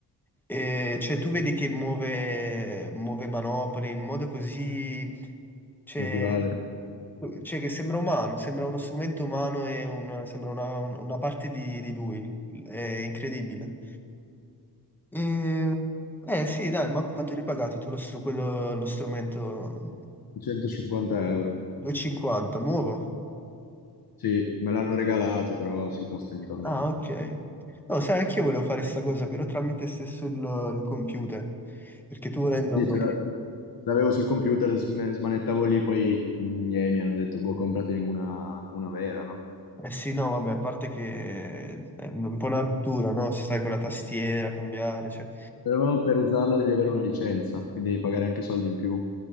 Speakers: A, in the centre; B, on the left.
A: eh, cioè tu vedi che muove, muove manopole in modo così, cioè,
B: naturale.
A: cioè che sembra umano, sembra uno strumento umano e un- sembra una, una parte di, di lui. È incredibile. Eh, eh, sì, dai, ma quanto hai pagato tu lo, str- quello- lo strumento
B: 150 euro.
A: 250, nuovo?
B: Sì, me l'hanno regalato, però si costa intorno...
A: Ah, ok. No, sai, anch'io volevo fare sta cosa, però tramite stesso il, il computer, perché tu volendo
B: Sì,
A: poi...
B: ce l'ave- ce l'avevo sul computer, sm- smanettavo lì, poi i miei mi hanno detto, boh, compratene una, una vera, no?
A: Eh sì, no, vabbè, a parte che eh, è un po' una rottura, no? Se stai con la tastiera, cambiare, cioè...
B: Però per usarla devi avere una licenza, quindi devi pagare anche soldi in più.